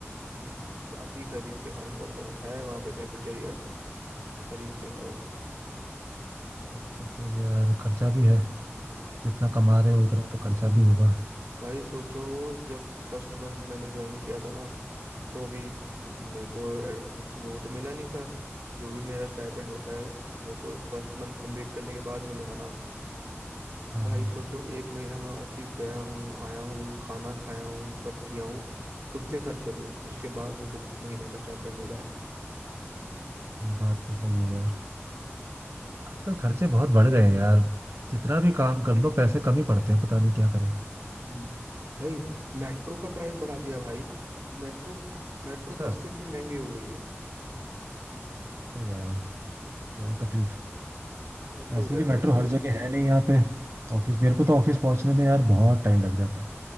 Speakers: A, on the right (about 85°); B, on the right (about 65°).
A: हम्म, बाकी खरीद के खाना पड़ता है है वहां पे कैफेटेरिया खरीद के खाओ
B: तब तो फिर यार खर्चा भी है जितना
A: हम्म
B: कमा रहे हो उतना तो खर्चा भी होगा
A: भाई सोचो जब फर्स्ट मंथ मैंने ज्वाइन किया था ना तो अभी मेरे को एड- कुछ वो तो मिला नहीं था जो भी मेरा स्टाइपेंड होता है वो तो फर्स्ट मंथ कंप्लीट करने के बाद मिलेगा ना तो
B: हाँ
A: भाई
B: हाँ
A: सोचो एक महीना मैं ऑफिस गया हूँ आया हूँ खाना खाया हूँ सब किया हूँ खुद के खर्चे पे उसके बाद मेरे को महीने का स्टाइपेंड मिला है
B: बात तो सही है यार आजकल खर्चे बहुत बढ़ गए हैं यार जितना भी काम कर लो पैसे कम ही पड़ते हैं पता नहीं क्या करें
A: हम्म। भाई मेट्रो का प्राइस बढ़ा दिया भाई मेट्रो मेट्रो
B: अच्छा
A: बस से भी महंगी हो गई है
B: अरे यार तो और तकलीफ
A: हद
B: वैसे
A: हो गया
B: भी मेट्रो
A: है अभी तो
B: हर जगह है नहीं यहाँ पे ऑफिस मेरे को तो ऑफिस पहुंचने में यार बहुत टाइम लग जाता है